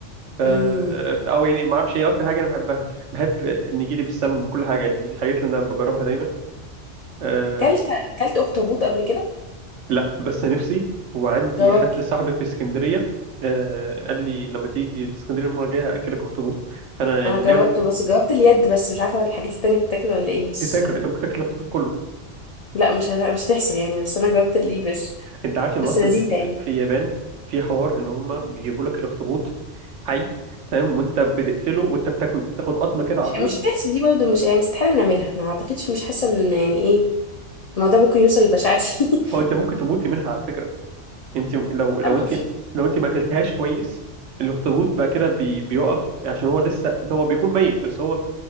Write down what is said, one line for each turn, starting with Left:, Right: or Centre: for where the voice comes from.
Right: ف...
Left: امم
Right: ف- او يعني ما اعرفش هي اكتر حاجه انا بحبها بحب النجيلي بالسمن وكل حاجه يعني دي الحاجات اللي انا بجربها دايما أه
Left: كلت كلت اخطبوط قبل كده
Right: لا بس نفسي وعندي
Left: جاوبته
Right: حد صاحبي في اسكندريه أه قال لي لما تيجي اسكندريه المره الجايه هاكلك اخطبوط فانا يعني
Left: انا جاوبته
Right: ناوي
Left: بس جاوبت اليد بس مش عارفه الحاجات التانية بتاكل ولا ايه بس
Right: تاكل انت ممكن تاكل الاخطبوط كله
Left: لا مش هت- مش هتحصل يعني بس انا جاوبت الايد بس
Right: انت عارف ان
Left: بس
Right: اصلا
Left: لذيذه
Right: في,
Left: يعني
Right: في, في اليابان في حوار ان هم بيجيبوا لك الاخطبوط حي تمام وانت بتقتله وانت بتاكله بتاخد قطمه كده
Left: مش
Right: على طول
Left: مش هتحصل دي برضه مش يعني استحاله نعملها ما اعتقدش مش حاسه ان يعني ايه الموضوع ممكن يوصل للبشاعه دي <laughs>
Right: هو انت ممكن تموت منها على فكره انت لو لو
Left: اما
Right: انت
Left: مش
Right: لو انت ما اكلتهاش كويس الاخطبوط بقى كده بي بيقف عشان هو لسه هو بيكون ميت بس هو آه،